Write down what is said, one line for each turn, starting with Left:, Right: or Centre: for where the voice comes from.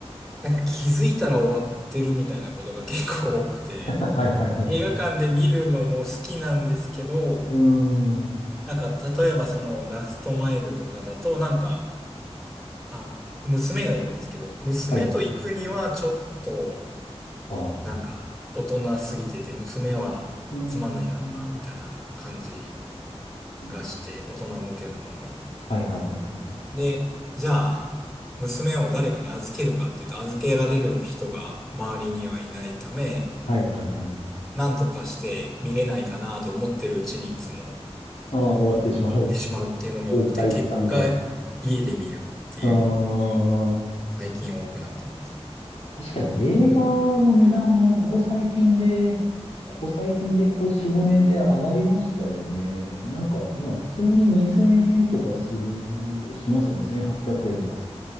Centre: なんか気づいたら終わってるみたいなことが結構多くて、
Left: いはいはい。
Centre: 映画館で見るのも好きなんですけど、
Left: うーん。
Centre: なんか例えばそのラストマイルとかだと、なんか、あ、娘がいるんですけど、娘と行くにはちょっと、
Left: はい。ああ。
Centre: なんか大人すぎてて、娘はつまんないだろうな、
Left: うーん。う
Centre: みたいな感じ
Left: ん
Centre: がして大人向けのもの。
Left: はいはいはいはいはい。
Centre: で、じゃあ、娘を誰かに預けるかっていうと預けられる人が周りにはいないため、
Left: はいはいはい。
Centre: なんとかして見れないかなと思ってるうちにいつもっ
Left: ああ、終わってしまう。
Centre: てしまうっていうのが多くて、
Left: 公開感が。
Centre: 結果家で見るっていうこと、
Left: ああ。
Centre: 最近多くなってます。
Left: 確かに映画の値段もここ最近で、ここ最近でここ4、5年で上がりましたよね。なんか今普通に2000円とかする、しますよね。1800円とかす。